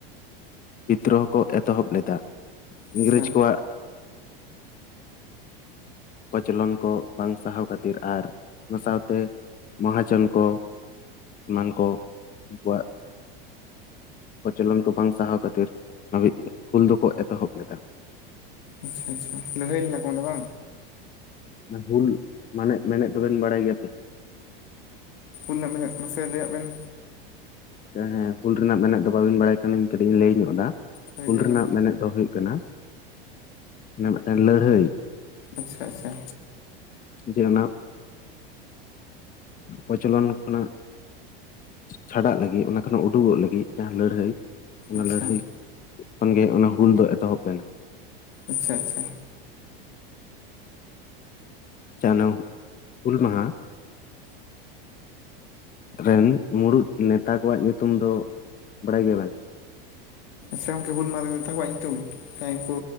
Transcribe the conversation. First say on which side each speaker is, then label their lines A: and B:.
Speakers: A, on the left; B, on the left.
A: ᱵᱤᱫᱽᱫᱨᱳᱦᱚ ᱠᱚ ᱮᱛᱚᱦᱚᱵ ᱞᱮᱫᱟ
B: ᱟᱪᱪᱷᱟ
A: ᱤᱝᱨᱮᱡᱽ ᱠᱚᱣᱟᱜ ᱠᱚᱪᱞᱚᱱ ᱠᱚ ᱵᱟᱝ ᱥᱟᱦᱟᱣ ᱠᱟᱛ ᱛᱤᱨ ᱟᱨ ᱚᱱᱟ ᱥᱟᱶᱛᱮ ᱢᱚᱦᱟᱡᱚᱱ ᱠᱚ ᱮᱢᱟᱱ ᱠᱚ ᱩᱱᱠᱩᱣᱟᱜ ᱠᱚᱪᱚᱞᱚᱱ ᱠᱚ ᱵᱟᱝ ᱥᱟᱦᱟᱣ ᱠᱷᱟᱹᱛᱤᱨ ᱦᱟᱵᱤᱜ ᱦᱩᱞ ᱫᱚᱠᱚ ᱮᱛᱚᱦᱚᱵ ᱞᱮᱫᱟ
B: ᱟᱪᱪᱷᱟ ᱟᱪᱪᱷᱟ ᱞᱟᱹᱲᱦᱟᱭ ᱞᱮᱱᱟᱠᱚ ᱟᱸᱰᱮ ᱵᱟᱝ
A: ᱚᱱᱟ ᱦᱩᱞ ᱢᱟᱱᱮᱜ ᱢᱮᱱᱮᱫ ᱫᱚᱵᱮᱱ ᱵᱟᱲᱟᱭ ᱜᱮᱭᱟ ᱛᱚ
B: ᱦᱩᱞ ᱨᱮᱭᱟᱜ ᱢᱮᱱᱮᱫ ᱢᱟᱥᱮ ᱞᱟᱹᱭᱟᱜ ᱵᱮᱱ
A: ᱦᱮᱸ ᱦᱩᱞ ᱨᱮᱱᱟᱜ ᱢᱮᱱᱮᱫ ᱫᱚ ᱵᱟᱹᱵᱤᱱ ᱵᱟᱲᱟᱭ ᱠᱟᱱᱟᱧ ᱠᱟᱹᱴᱤᱡ ᱤᱧ ᱞᱟᱹᱭ ᱧᱚᱜ ᱮᱫᱟ
B: ᱦᱳᱭ
A: ᱦᱩᱞ
B: ᱞᱟᱹᱭ
A: ᱨᱮᱱᱟᱜ
B: ᱵᱮᱱ
A: ᱢᱮᱱᱮᱫ ᱫᱚ ᱦᱩᱭᱩᱜ ᱠᱟᱱᱟ ᱢᱤᱫᱴᱮᱱ ᱞᱟᱹᱲᱦᱟᱹᱭ
B: ᱟᱪᱪᱷᱟ ᱟᱪᱪᱷᱟ
A: ᱡᱮ ᱚᱱᱟ ᱠᱚᱪᱚᱞᱚᱱ ᱠᱷᱚᱱᱟᱜ ᱪᱷᱟᱰᱟᱜ ᱞᱟᱹᱜᱤᱫ ᱚᱱᱟ ᱠᱷᱚᱱᱟᱜ ᱩᱰᱩᱜᱚᱜ ᱞᱟᱹᱜᱤᱫ ᱡᱟᱦᱟᱸ ᱞᱟᱹᱲᱦᱟᱹᱭ ᱚᱱᱟ
B: ᱟᱪᱪᱷᱟ
A: ᱞᱟᱹᱲᱦᱟᱹᱭ ᱠᱷᱚᱱᱜᱮ ᱚᱱᱟ ᱦᱩᱞ ᱫᱚ ᱮᱛᱚᱦᱚᱵ ᱞᱮᱱᱟ
B: ᱟᱪᱪᱷᱟ ᱟᱪᱪᱷᱟ
A: ᱪᱟᱱᱳ ᱦᱩᱞ ᱢᱟᱦᱟᱸ ᱨᱮᱱ ᱢᱩᱬᱩᱫ ᱱᱮᱛᱟ ᱠᱚᱣᱟᱜ ᱧᱩᱛᱩᱢ ᱫᱚ ᱵᱟᱲᱟᱭ ᱜᱮᱭᱟᱵᱮᱱ
B: ᱥᱮ ᱜᱚᱝᱠᱮ ᱦᱩᱞ ᱢᱟᱦᱟᱸ ᱨᱮ ᱱᱮᱛᱟᱠᱚᱟᱭ ᱧᱩᱛᱩᱢ ᱡᱟᱸᱦᱟᱭ ᱠᱩ